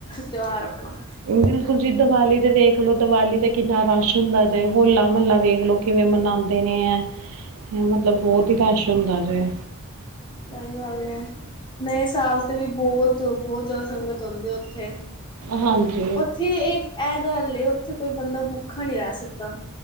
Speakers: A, on the left (about 20°); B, on the right (about 75°).
A: ਤਿਉਹਾਰ ਅਪਨਾ।
B: ਓ ਬਿਲਕੁਲ ਜੀ, ਦਵਾਲੀ ਤੇ ਵੇਖਲੋ ਦਵਾਲੀ 'ਤੇ ਕਿੰਨਾ ਰਸ਼ ਹੁੰਦਾ ਜੇ, ਹੋਲਾ- ਮਹੱਲਾ ਵੇਖ ਲੋ। ਕਿਵੇਂ ਮਨਾਂਦੇ ਨੇ ਐ? ਮਤਲਬ, ਬੋਤ ਹੀ ਰਸ਼ ਹੁੰਦਾ ਜੇ।
A: ਸਈ ਗੱਲ ਏ, ਨਏ ਸਾਲ ਤੇ ਵੀ ਬੋਤ ਤੋਂ ਬੋਤ ਜ਼ਾਦਾ ਸੰਗਤ ਹੋਂਦੀ ਐ ਓਥੇ,
B: ਹਾਂਜੀ
A: ਓਥੇ ਏਕ ਐ ਗੱਲ ਏ, ਓਥੇ ਕੋਈ ਬੰਦਾ ਭੁਖਾ ਨੀ ਰੈ ਸਕਦਾ,